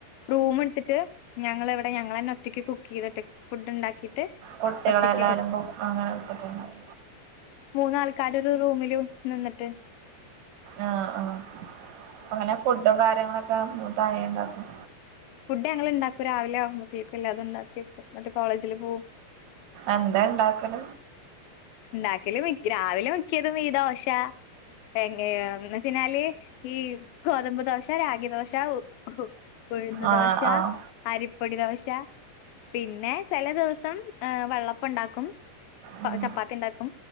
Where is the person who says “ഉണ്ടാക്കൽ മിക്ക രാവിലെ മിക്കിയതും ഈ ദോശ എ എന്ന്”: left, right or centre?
Left